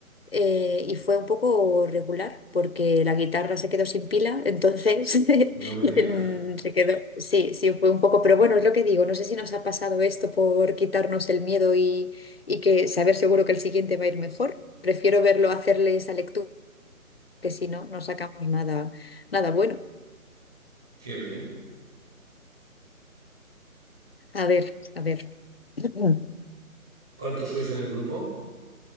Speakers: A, on the left; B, in the centre.
A: eh, y fue un poco regular porque la guitarra se quedó sin pila, entonces <laughs>
B: No me
A: en-
B: digas.
A: se quedó. Sí, sí, fue un poco, pero bueno, es lo que digo, no sé si nos ha pasado esto por quitarnos el miedo y, y que saber seguro que el siguiente va a ir mejor. Prefiero verlo hacerle esa lectura, que si no, no sacamos nada, nada bueno.
B: Qué bien.
A: A ver, a ver. <clears throat>
B: ¿Cuántos sois en el grupo?